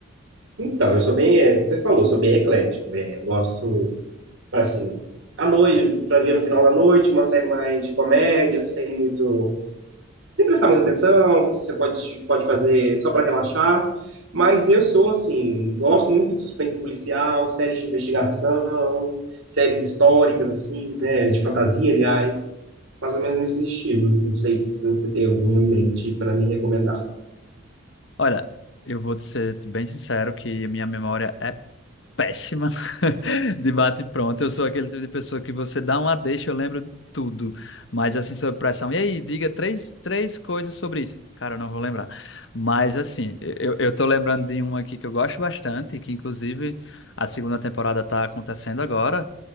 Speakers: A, on the right; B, on the left.
A: Então, eu sou bem, é, o que você falou, sou bem eclético. É, eu gosto assim, à noite, pra ver no final da noite, uma série mais de comédia, sem muito, sem prestar muita atenção, que você pode, pode fazer só para relaxar. Mas eu sou, assim, gosto muito de suspense policial, séries de investigação, séries históricas, assim, né, de fantasia, aliás, mais ou menos nesse estilo. Não sei se você tem alguma em mente para me recomendar.
B: Olha, eu vou te ser bem sincero que a minha memória é péssima <laughs> de bate e pronto. Eu sou aquele tipo de pessoa que você dá uma deixa, eu lembro de tudo. Mas assim, sob pressão. E aí, diga três, três coisas sobre isso. Cara, eu não vou lembrar. Mas assim, eu, eu tô lembrando de um aqui que eu gosto bastante, que inclusive a segunda temporada tá acontecendo agora,